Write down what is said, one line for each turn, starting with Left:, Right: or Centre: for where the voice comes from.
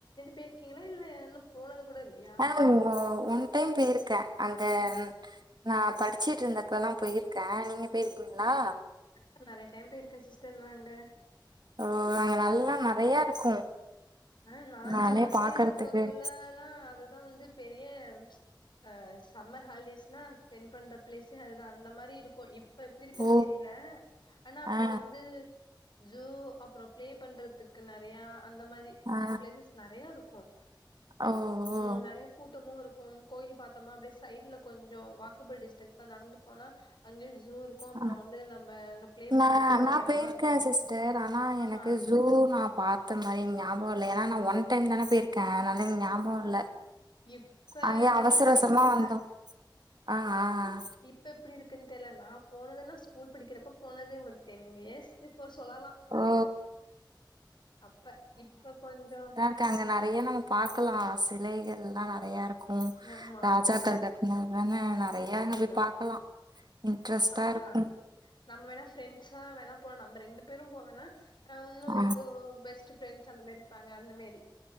Left: பேர் கீழ இல்ல இன்னு போனது கூட இல்லையா
Right: அஹ் ஒன் டைம் போயிருக்க அங்க நா படிச்சிட்டு இருந்தப்பல்லால போயிருக்க நீங்க போயிருக்கீங்களா
Left: ஆ நெறைய டைம் போயிருக்க சிஸ்டர் நா அங்க
Right: ஓ அங்க நல்லா நெறையா இருக்கு.
Left: ஆ நா
Right: நானே
Left: சின்ன பிள்ளைய
Right: பாக்கறதுக்கு
Left: இருக்கக்குள்ளல்லா அதுதான் வந்து பெரிய அஹ் சம்மர் ஹாலிடேஸ்னா ஸ்பெண்ட் பண்ற பிளேஸே அது தா அந்த மாரி இருக்கு இப்ப எப்டி இருக்குன்னு
Right: ஓ
Left: தெரில ஆனா அப்ப
Right: ஆ
Left: வந்து ஜூ அப்றோ பிளே பண்றதுக்கு நெறையா அந்த மாரி
Right: ஆ
Left: பிளேசஸ் நெறையா இருக்கும்
Right: ஓ ஓ
Left: ம் நெறை கூட்டமு இருக்கும் கோயில் பாத்தமா அப்டே சைட்ல கொஞ்சோ வாக்கபள் டிஸ்டன்ஸ் தா நடந்து போனா அங்கியு ஜூ இருக்கு அப்றோ
Right: ஆ
Left: வந்து நம்ம அங்க பிளே
Right: நா
Left: பண்றதுக்கான
Right: நா
Left: எடல்லா
Right: போயிருக்கே
Left: இருக்கும்
Right: சிஸ்டர் ஆனா எனக்கு
Left: ஆமா
Right: ஜூ நா பாத்த மாரி ஞாபகோ இல்ல ஏன்னா நா ஒன் டைம் தான போயிருக்க அதுனால எனக்கு ஞாபக
Left: ஆ
Right: இல்ல
Left: இப்ப
Right: அங்கயே
Left: நா
Right: அவசர
Left: ரீசெண்டா
Right: அவசரமா
Left: போல
Right: வந்தோ ஆஹ் ஆஹ்
Left: இப்ப எப்டி இருக்குன்னு தெர்ல நா போனதெல்லா நா ஸ்கூல் படிக்கிறப்ப போனது டென் இயர்ஸ் பிஃபோர் சொல்லலா
Right: ஓ
Left: அப்ப இப்ப கொஞ்சோ
Right: கா அங்க நெறயா நம்ம பாக்கலா சிலைகள்லா நெறய இருக்கு
Left: ஆமா
Right: ராஜாக்கள் இந்த தான நெறயா அங்க
Left: ஆமா
Right: போய் பாக்கலா இன்ட்ரெஸ்ட்டா
Left: அக்கா
Right: இருக்கு
Left: நம்ம வேணா ப்ஃரெண்ட்ஸா வேணா போனா நம்ம ரெண்டு பேரு போ னா ஒன்னு
Right: ஆ
Left: உங்க பெஸ்ட்டு ப்ஃரண்ட்ஸ் அந்த மேரி இருப்பாங்க அந்த மேரி